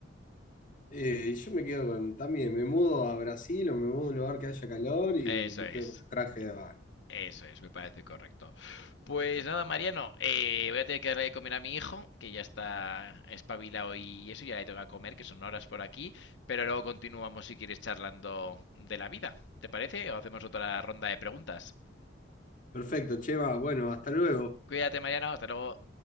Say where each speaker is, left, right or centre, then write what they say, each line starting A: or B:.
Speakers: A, on the left; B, on the left.
A: Eh, yo me quedo con, también, me mudo a Brasil o me mudo a un lugar que haya calor y
B: Eso
A: me, me
B: es.
A: quedo con el traje de baño.
B: Eso es, me parece correcto. Pues nada, Mariano, eh, voy a tener que darle de comer a mi hijo, que ya está espabilado y eso, ya le tengo que comer, que son horas por aquí, pero luego continuamos si quieres charlando de la vida. ¿Te parece? O hacemos otra ronda de preguntas.
A: Perfecto, Chema. Bueno, hasta luego.
B: Cuídate, Mariano, hasta luego.